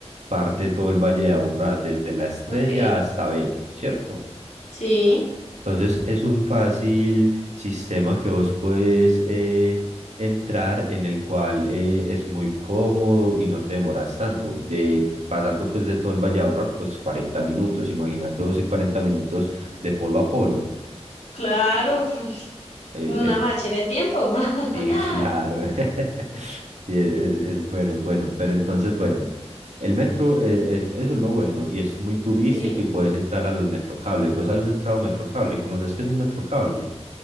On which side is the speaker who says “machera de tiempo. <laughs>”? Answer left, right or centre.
Left